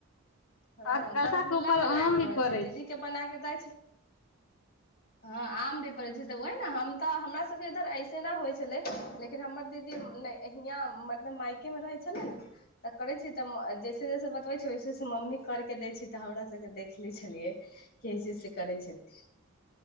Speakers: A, on the left; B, on the left.
A: आ
B: हँ
A: कलशाके
B: बड़गुल्ला
A: ऊपर
B: बनाल
A: आम
B: रह
A: भी पड़ै
B: छै दीदी के बना के दै छै हँ आम भी पड़ै छै तऽ ओहि नऽ हम तऽ हमरा सबके इधर ऐसे ना होइ छलै लेकिन हमर दीदी नय हियाँ मतलब मायके मे रहै छलियै न तऽ करै छियै तऽ जैसे जैसे बतबै छै वैसे वैसे मम्मी कर के दै छी तऽ हमरा सबके देखलै छलियै की ऐसे ऐसे करै छै <unintelligible>